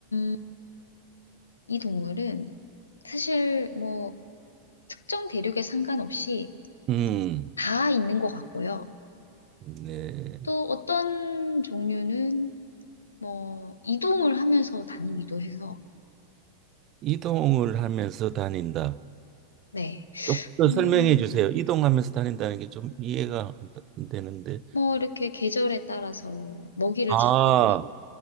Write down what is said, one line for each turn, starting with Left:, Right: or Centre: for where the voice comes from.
Left: 음, 이 동물은 사실 뭐 특정 대륙에 상관없이
Right: 음,
Left: 다 있는 것 같고요.
Right: 네.
Left: 또 어떤 종류는 뭐 이동을 하면서 다니기도 해서,
Right: 이동을 하면서 다닌다.
Left: 네.
Right: 조금 더
Left: 음,
Right: 설명해 주세요. 이동하면서 다닌다는 게 좀 이해가 안 되- 안 되는데.
Left: 뭐 이렇게 계절에 따라서 먹이를
Right: 아,
Left: 찾기 위해,